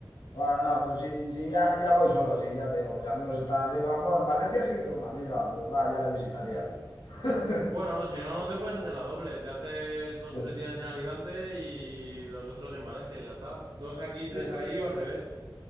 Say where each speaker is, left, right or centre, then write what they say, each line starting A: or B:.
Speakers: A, on the left (about 85°); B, on the right (about 75°).
A: Bueno, no, pero si, si ya, ya voy solo, sí, ya te digo, mis amigos están arriba. Bueno, en Valencia sí que tengo una amiga, pero va, ya le visitaría. <laughs>
B: Bueno, si no, te puedes hacer la doble. Te haces dos,
A: Sí,
B: tres días en Alicante y los otros en Valencia y ya está. Dos aquí, tres
A: Sí,
B: ahí o al revés.